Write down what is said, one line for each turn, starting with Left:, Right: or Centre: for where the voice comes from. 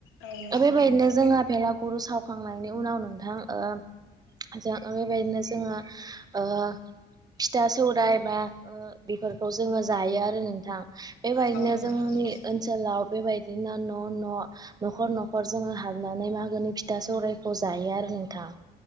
Left: औ नोंथां
Right: ओ बेबायदिनो
Left: नंगौ
Right: जोंहा फेलागुरसाव खांनायनि उनाव नोंथां ओ जोङो बेबायदिनो जोङो ओ फिथा सौराय बा ओ बेफोरखौ जोङो जायो आरो नोंथां। बेबायदिनो
Left: औ नोंथां नंगौ औ नोंथां
Right: जोंनि
Left: नंगौ
Right: ओनसोलाव बेबायदिनो न' न' न'खर न'खर जोङो हाबनानै मागोनि फिथा सौरायखौ जायो आरो। नोंथां